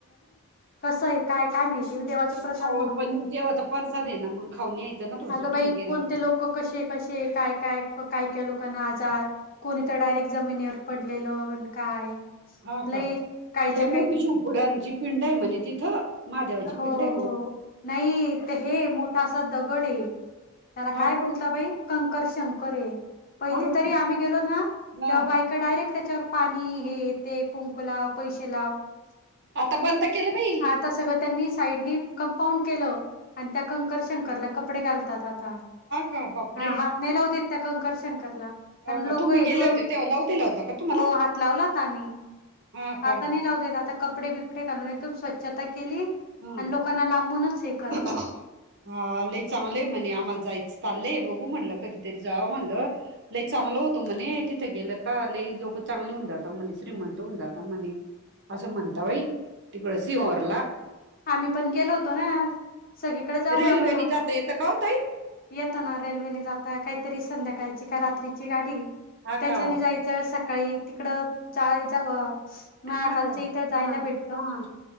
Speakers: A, on the left; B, on the right.
A: <unintelligible> कसं आहे काय काय माहिती, देवाचा प्रसाद
B: अहो
A: म्हणून
B: पण देवाचा प्रसाद आहे ना मग खाऊन यायचं ना थोडंसं
A: अगं बाई
B: तुम्ही गेला
A: कोणते
B: तर.
A: लोक कसे कसे काय काय काय काय लोकांना आजार कोणी तर डायरेक्ट जमिनीवर पडलेलं आणि काय.
B: हा
A: लई
B: का?
A: काहीच्या
B: लय
A: काही
B: मोठी शिवपुरांची पिंड आहे म्हणे तिथं महादेवाची
A: हो
B: पिंड आहे म्हणे.
A: हो. नाही ते हे मोठा असा दगड आहे. त्याला
B: हा
A: काय बोलत
B: का
A: बाई कंकर शंकर आहे. पहिली
B: हा
A: तरी
B: का
A: आम्ही गेलोत ना
B: हा
A: तेव्हा बायका डायरेक्ट त्याच्यावर पाणी हे ते कुंकु लाव पैसे लाव.
B: आता
A: हा
B: बंद केलं बाई
A: आता सगळं त्यांनी साईडनी कंपाऊंड केलं आणि त्या कंकर शंकरला कपडे घालतात आता. हा,
B: का बापरे
A: हात नाही लाऊ देत त्या कंकर शंकरला. कारण
B: हा का
A: लोक
B: तुम्ही
A: हे
B: गेले
A: करून,
B: होते तेव्हा लावू दिला होता का तुम्हाला
A: हो हात लावलात आम्ही.
B: हा
A: आता
B: का
A: नाही लावू देत आता कपडे बीप डे घालून एकदम स्वच्छता केली
B: हा
A: आणि लोकांना लांबूनच हे करतात.
B: हा, लय चांगलंय म्हणे आम्हाला चालले बघू म्हणलं कधीतरी जावं म्हणलं. लई चांगलं होतं म्हणे तिथे गेलं का लई लोक चांगली होऊ जात म्हणे श्रीमंत होन जाता म्हणे. असं म्हणता बाई. तिकडं सिंहरला
A: आम्ही पण गेलो होतो ना. सगळीकडे जाऊन
B: रेल्वेने
A: आलो ना
B: जाता येतं का हो ताई
A: येत ना रेल्वेने जात. काहीतरी संध्याकाळ का रात्रीची गाडी
B: हा
A: त्याच्याने
B: का
A: जायचं सका सकाळी तिकड जा जा मकालच्या
B: हा का
A: इथं जायला
B: हा
A: भेट
B: हा,